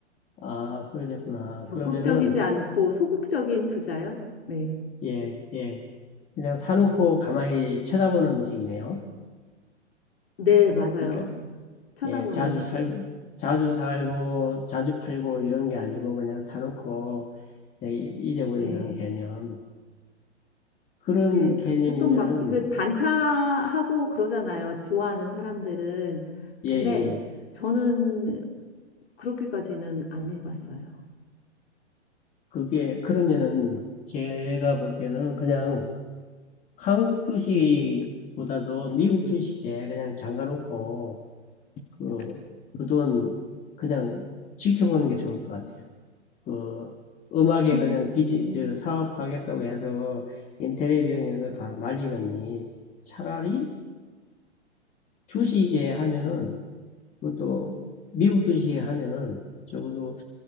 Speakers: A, on the left; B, on the left.
A: 아, 그러셨구나.
B: 적극적이지
A: 그러면은,
B: 않고 소극적인 투자요? 네.
A: 예, 예. 그냥 사놓고 가만히 쳐다보는 식이네요.
B: 네, 맞아요.
A: 그러니까,
B: 쳐다보는
A: 예, 자주
B: 식이요.
A: 살고, 자주 살고, 자주 팔고 이런 게 아니고 그냥 사놓고 그냥 이- 잊어버리는
B: 네.
A: 개념. 그런
B: 네.
A: 개념이면은,
B: 보통 막 그 단타하고 그러잖아요. 좋아하는 사람들은.
A: 예,
B: 근데
A: 예, 예.
B: 저는 그렇게까지는 안 해봤어요.
A: 그게, 그러면은 제가 볼 때는 그냥 한국 주식보다도 미국 주식에 그냥 잠가놓고 그, 그 돈 그냥 지켜보는 게 좋을 것 같아요. 그 음악에
B: 근,
A: 그냥 비즈
B: 음,
A: 저 사업하겠다고 해서 인테리어 비용에서 다 날리느니 차라리 주식에 하면은 그것도 미국 주식에 하면은 적어도